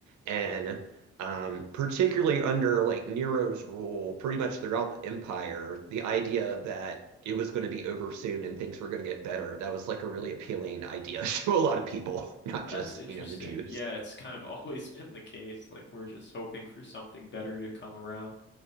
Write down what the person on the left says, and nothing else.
That's
interesting.
Yeah, it's kind of always <laughs> been the case. Like we're just hoping for something better to come around.